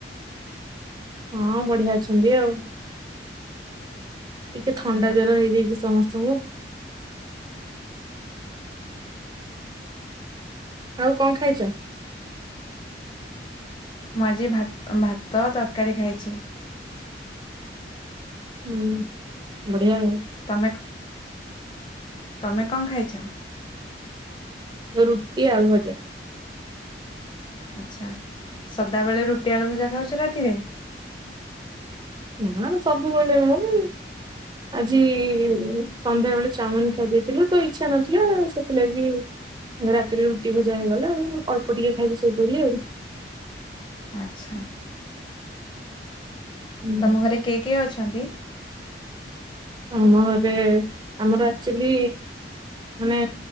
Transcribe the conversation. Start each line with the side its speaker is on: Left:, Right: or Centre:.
Right: ହଁ ବଢିଆ ଅଛନ୍ତି ଆଉ। ଟିକେ ଥଣ୍ଡା
Left: ଅ
Right: ଜର ହେଇଯାଇଛି ସମସ୍ତଙ୍କୁ। ଆଉ କଣ ଖାଇଛ?
Left: ମୁଁ ଆଜି ଭାତ ଭାତ ତରକାରୀ ଖାଇଛି।
Right: ହୁଁ ବଢିଆ ଆଉ।
Left: ତମେ କ ତମେ କଣ ଖାଇଛ?
Right: ରୁଟି ଆଳୁ ଭଜା।
Left: ଆଛା ସଦାବେଳେ ରୁଟି ଆଳୁ ଭଜା ଖାଉଛ ରାତିରେ?
Right: ନାଁ ସବୁବେଳ ନୁହଁ ଇ ଆଜି ସନ୍ଧ୍ୟାବେଳେ ଚାଉମିନ ଖାଇ ଦେଇଥିଲୁ ତ ଇଚ୍ଛା ନଥିଲା ସେଥିଲାଗି ରାତିରେ ରୁଟି ଭଜା ହେଇଗଲା ଆଉ ଅଳ୍ପ ଟିକେ ଖାଇକି ଶୋଇ ପଇଲି ଆଉ
Left: ଆଚ୍ଛା।
Right: ହୁଁ।
Left: ତମ ଘରେ କିଏ କିଏ ଅଛନ୍ତି?
Right: ଆମଘରେ ଆମର ଆଚୁଲି ମାନେ